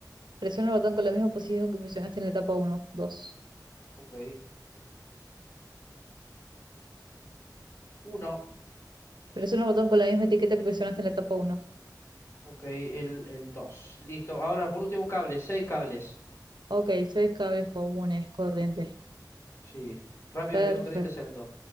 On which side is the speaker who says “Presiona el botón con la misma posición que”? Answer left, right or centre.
Right